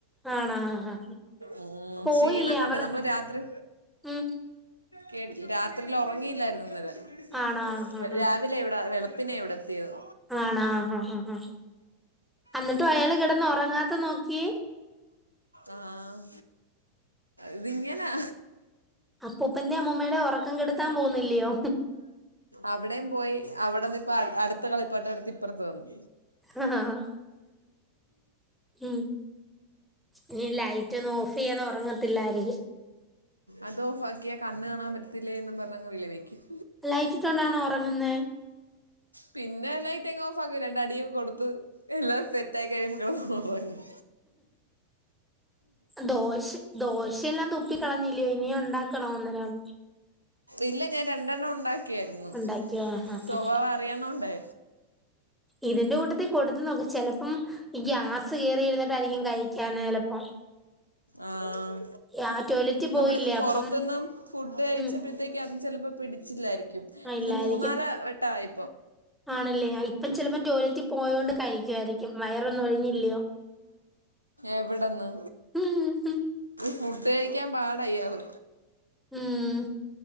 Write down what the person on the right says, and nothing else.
ഉം.
ക്ഷീണം കൊണ്ട്
നമ്മൾ രാത്രി
കേട്ടില്ല രാത്രിയിൽ ഉറങ്ങിയില്ലായിരുന്നു ഇന്നലെ
വെ-
രാവിലെ ഇവിടാ വെളുപ്പിനേ ഇവിടെത്തിയത്
ആഹ് ഇതിങ്ങനാ
അവിടേം പോയി അവിടന്നിപ്പ അട് അടുത്ത കളിപ്പാട്ടവെടുത്ത് ഇപ്പറത്ത് വന്ന്
അതോഫാക്കിയാ കണ്ണ് കാണാൻ പറ്റത്തില്ലേന്നും പറഞ്ഞങ്ങ് വിളി വെക്ക്യും
പിന്നെ ലൈറ്റങ്ങ് ഓഫാക്കും രണ്ടടിയും കൊടുത്ത് എല്ലാം സെറ്റായി കഴിയുമ്പ കെടന്നൊറങ്ങും
ഇല്ല ഞാൻ രണ്ടെണ്ണം ഒണ്ടാക്കിയായിരുന്നു
സ്വഭാവ
അറിയന്നോണ്ടേ
ആഹ്
നമ്മളിന്ന് പൊറത്ത്ന്ന്
ഫുഡ് കഴിച്ചപ്പഴത്തേക്ക്യാ
ചെലപ്പോ പിടിച്ചില്ലായിരിക്കും
ഇന്ന്
മൂന്നാല വട്ടവായി
എവിടന്ന്
ഫുഡ് കഴിക്കാൻ പാടാ ഇയാള്